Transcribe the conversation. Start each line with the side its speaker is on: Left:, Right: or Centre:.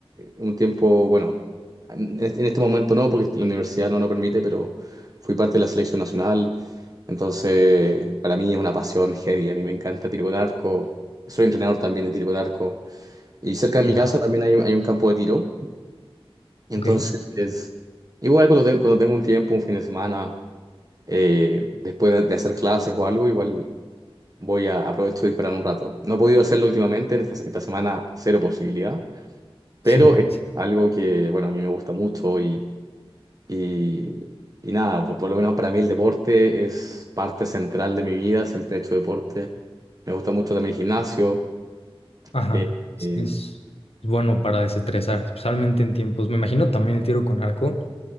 Right: un tiempo, bueno, en este en este momento no, porque la universidad no lo permite, pero fui parte de la selección nacional. Entonces, para mí es una pasión heavy. A mí me encanta tiro con arco. Soy entrenador también de tiro con arco. Y cerca de
Left: Wow.
Right: mi casa también hay, hay un campo de tiro. Entonces,
Left: Ok,
Right: igual cuando, te- cuando tengo un tiempo, un fin de semana eh, después de, de hacer clases o algo, igual voy a aprovecho de disparar un rato. No he podido hacerlo últimamente, en esta, esta semana cero posibilidad, pero
Left: sí,
Right: es
Left: sí,
Right: algo que, bueno, a mí me gusta mucho y, y, y nada, por, por lo menos para mí el deporte es parte central de mi vida, siempre he hecho deporte. Me gusta mucho también el gimnasio,
Left: ajá.
Right: eh, eh,
Left: Es, es bueno para desestresar, especialmente en tiempos. Me imagino también el tiro con arco